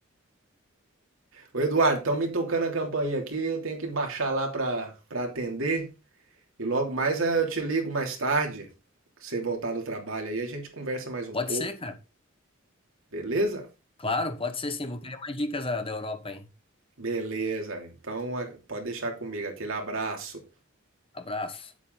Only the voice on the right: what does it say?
Ô Eduardo, estão me tocando a campainha aqui, eu tenho que baixar lá para para atender e logo mais eh, eu te ligo mais tarde, que você voltar do trabalho aí, a gente conversa mais um
pouco,
beleza?
Beleza, então eh, pode deixar comigo, aquele abraço.